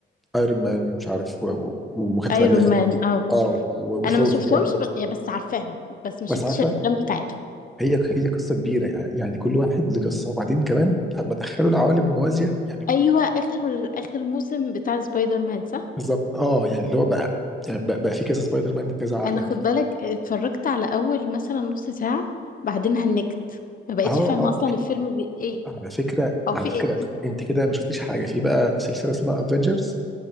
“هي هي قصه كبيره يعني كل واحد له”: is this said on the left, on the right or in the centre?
Centre